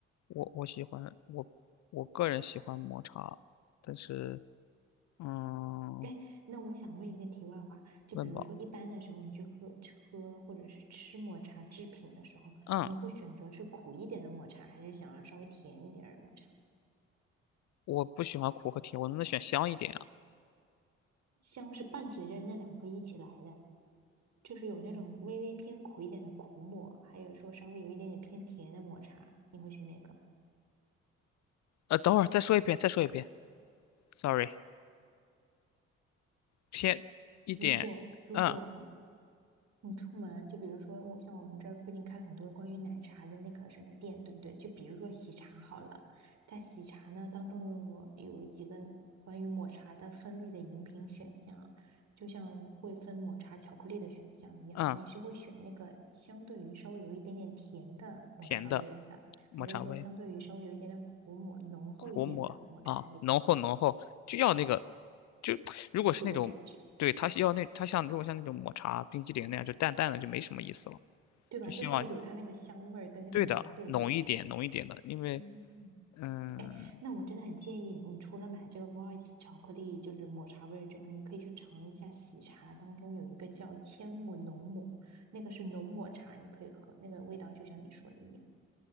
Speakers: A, on the left; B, on the right.
A: 我我喜欢我我个人喜欢抹茶，但是嗯，
B: 哎，那我想问一个题外话，就比如说一般的时候，
A: 问吧，
B: 你去喝喝或者是吃抹茶制品的时候，
A: 嗯，
B: 你会选择是苦一点的抹茶，还是想要稍微甜一点儿的抹茶？
A: 我不喜欢苦和甜，我能不能选香一点啊？
B: 香是伴随着那两个一起来的，就是有那种微微偏苦一点的苦抹，还有说稍微有一点点偏甜的抹茶，你会选哪个？
A: 呃，等会儿再说一遍，再说一遍，sorry，偏一点，
B: 如果如果
A: 嗯
B: 你出门，就比如说我像我们这儿附近开了很多关于奶茶的那个什么店，对不对？就比如说喜茶好了，它喜茶呢当中有有几个关于抹茶的分类的饮品选项，就像会分抹茶巧克力的选项一样，
A: 嗯，
B: 你是会选那个相对于稍微有一点点甜的抹茶味的，
A: 甜的抹茶味。
B: 还是说相对于稍微有一点点苦抹浓厚一点的抹茶的味道，
A: 苦抹啊，浓厚浓厚，就要那个，就如果是那种，
B: 苦苦的感觉，
A: 对，它是要那它像如果像那种抹茶冰激凌那样，就淡淡的就没什么意思了，
B: 对吧？
A: 就希望
B: 就是要有它那个香味儿跟那个浓度，
A: 对的浓一点浓一点的，
B: 对不对？
A: 因为
B: 嗯嗯，
A: 嗯
B: 哎，那我真的很建议你，除了买这个 Royce 巧克力，就是抹茶味儿之外，你可以去尝一下喜茶当中有一个叫千木浓抹，那个是浓抹茶，你可以喝，那个味道就像你说的一样，